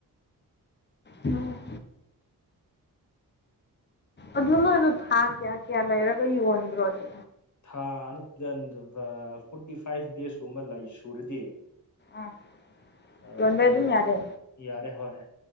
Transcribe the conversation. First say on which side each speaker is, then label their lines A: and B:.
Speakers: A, on the left (about 25°); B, on the left (about 45°).
A: ꯎꯝ ꯎꯝ ꯑꯗꯨ ꯅꯣꯏꯗꯣ ꯊꯥ ꯀꯌꯥ ꯀꯌꯥ ꯂꯩꯔꯒ ꯌꯣꯟꯕ꯭ꯔꯣ ꯑꯗꯨ
B: ꯊꯥ ꯅꯠꯇꯦꯗ ꯅꯨ ꯐꯣꯔꯇꯤ ꯐꯥꯏꯚ ꯗꯦꯖꯀꯨꯝꯕ ꯂꯩ ꯁꯨꯔꯗꯤ
A: ꯑꯥ
B: ꯑ
A: ꯌꯣꯟꯕ
B: ꯀꯩꯅꯣ
A: ꯑꯗꯨꯝ ꯌꯥꯔꯦ
B: ꯌꯥꯔꯦ ꯍꯣꯏ